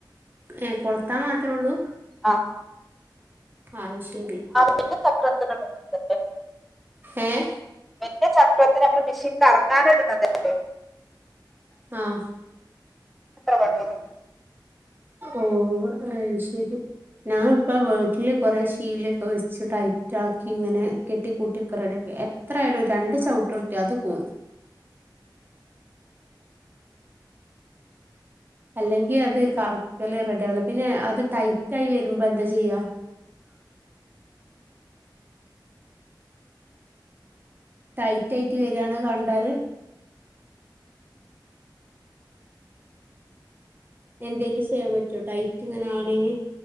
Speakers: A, on the right; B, in the centre.
A: ഏ കൊളുത്താൻ മാത്രേ ഉള്ളൂ
B: ആഹ്
A: അത് ശെരി
B: പിന്നെ ചക്രത്തിന്റ <unintelligible>
A: ഏഹ്
B: മറ്റെ ചക്രത്തില് നമ്മള് മെഷീൻ കറങ്ങാനിടുന്നതല്ലേ
A: ആഹ്
B: എത്ര പണിയുള്ളൂ
A: ഓഹ് അയ്ശെരി ഞാനിപ്പ വീട്ടില് കൊറേ ശീലൊക്കെ വെച്ച് ടൈറ്റാക്കി ഇങ്ങനേ കെട്ടി കൂട്ടിയക്ക റെഡിയാക്കി എ ത്രായാലും ഒരു രണ്ട് ചവിട്ട് കിട്ടിയ അത് പോന്നു അല്ലെങ്കി അത് കറക്കല് റെഡിയാവൂല പിന്നെ അത് ടൈറ്റായി വരുമ്പൊ എന്താ ചെയ്യാ ടൈറ്റായിട്ട് വെര്യാണ് കണ്ടാല് എന്തേലും ചെയ്യാൻ പറ്റൊ ടൈറ്റിങ്ങനെ ആകണേന്